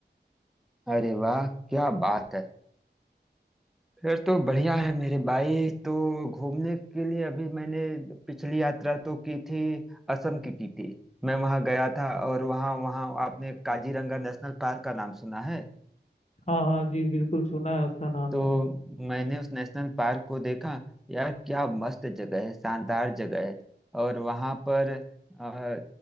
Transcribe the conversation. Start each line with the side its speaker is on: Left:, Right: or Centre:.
Centre: अरे वाह क्या बात है फिर तो बढ़िया है मेरे भाई तो घूमने के लिए अभी मैंने पिछली यात्रा तो की थी असम की की थी मैं वहां गया था और वहां वहां आपने काजीरंगा नेशनल पार्क का नाम सुना है
Left: हाँ हाँ जी बिल्कुल सुना है उसका नाम
Centre: तो
Left: मैंने
Centre: मैंने उस नेशनल पार्क को देखा यार क्या मस्त जगह है शानदार जगह है और वहां पर अ,